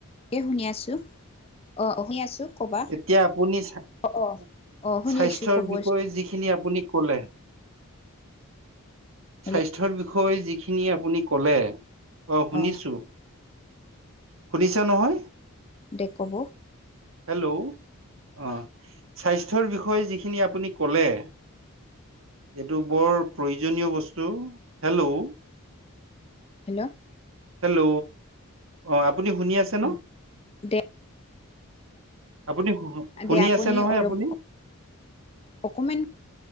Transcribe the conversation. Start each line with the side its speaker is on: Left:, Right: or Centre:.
Left: এ শুনি আছো অ, আহি আছো। কবা
Right: এতিয়া আপুনি চ
Left: অ অ শুনি
Right: স্বাস্থ্যৰ
Left: পাইছো ক'ব
Right: বিষয়ে যিখিনি আপুনি ক'লে
Left: হেল্ল'
Right: স্বাস্থ্যৰ বিষয়ে যিখিনি আপুনি কলে অ, শুনিছো।
Left: অ
Right: শুনিছা নহয়।
Left: দেকব।
Right: হেল্ল', অ, স্বাস্থ্যৰ বিষয়ে যিখিনি আপুনি ক'লে। এইটো বৰ প্ৰয়োজনীয় বস্তু হেল্ল',
Left: হেল্ল',
Right: হেল্ল', অ, আপুনি শুনি আছে ন।
Left: অ দে
Right: আপুনি শুনি
Left: দে আপুনি
Right: আছে নহয়
Left: অলপ
Right: আপুনি
Left: অকে